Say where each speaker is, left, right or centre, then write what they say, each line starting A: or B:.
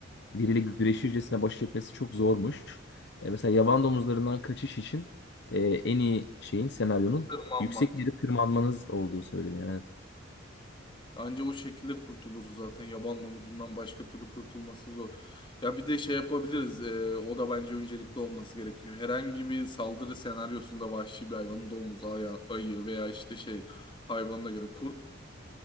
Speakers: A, on the left; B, on the left.
A: biriyle güreşircesine baş etmesi çok zormuş. E, mesela yaban domuzlarından kaçış için e, en iyi şeyin senaryonun
B: Tırmanmak.
A: yüksek bir yere tırmanmanız olduğu söyleniyor. Yani
B: Anca o şekilde kurtulur zaten. Yaban domuzundan başka türlü kurtulması zor. Ya bir de şey yapabiliriz. e, o da bence öncelikli olması gerekiyor. Herhangi bir saldırı senaryosunda vahşi bir hayvanın domuzu, aya- ayı veya işte şey hayvanına göre kurt.